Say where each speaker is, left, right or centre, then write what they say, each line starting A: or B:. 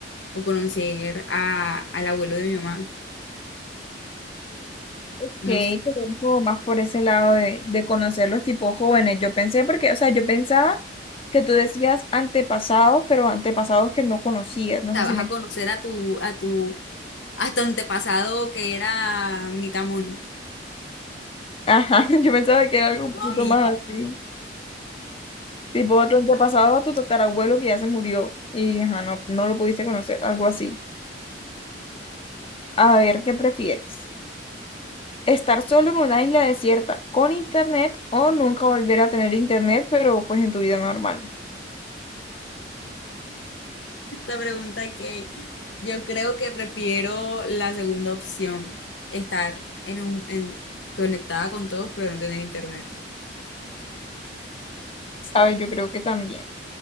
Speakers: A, on the left (about 80°); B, on the left (about 30°).
A: o conocer a, al abuelo de mi mamá.
B: Ok,
A: No
B: te
A: sé, o
B: voy como más por ese lado de, de conocer los tipos jóvenes. Yo pensé porque, o sea, yo pensaba que tú decías antepasados, pero antepasados que no conocías. No
A: sea,
B: sé
A: vas
B: si me...
A: a conocer a tu, a tu, a tu antepasado que era mitad mono.
B: Ajá, <laughs> yo pensaba que era algo un
A: No,
B: poquito
A: mira,
B: más así. Tipo, a tu antepasado, a tu tatarabuelo que ya se murió y ajá, no, no lo pudiste conocer, algo así. A ver, ¿qué prefieres? ¿Estar solo en una isla desierta con internet o nunca volver a tener internet, pero pues en tu vida normal?
A: <laughs> esta pregunta que yo creo que prefiero la segunda opción, estar en un, en, conectada con todos, pero no tener internet.
B: ¿Sabes? Yo creo que también.